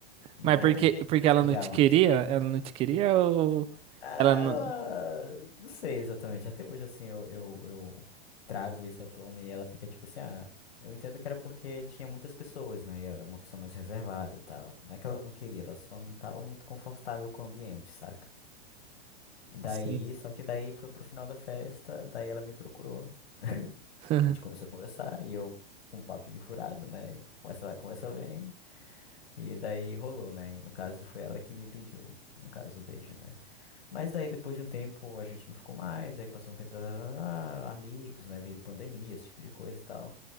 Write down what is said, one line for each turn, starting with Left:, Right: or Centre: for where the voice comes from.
Left: Não
Right: Mas
Left: vou
Right: porque, porque ela
Left: chegar
Right: não te
Left: mais.
Right: queria? Ela não te queria ou
Left: Ela,
Right: ela não.
Left: não sei exatamente. Até hoje, assim, eu, eu, eu trago isso à tona e ela fica tipo assim, ah, eu entendo que era porque tinha muitas pessoas, né? E ela era uma pessoa mais reservada e tal. Não é que ela não queria, ela só não tava muito confortável com o ambiente, saca? E daí,
Right: Sim.
Left: só que daí foi pro final da festa, daí ela me procurou. <laughs>
Right: <laughs>
Left: A gente começou a conversar e eu, com um papinho furado, né? Conversa vai, conversa vem. E daí rolou, né? E no caso foi ela que me pediu, no caso, o beijo, né? Mas daí depois de um tempo a gente não ficou mais, aí passou um tempo, tarará, amigos, né? Veio pandemia, esse tipo de coisa e tal.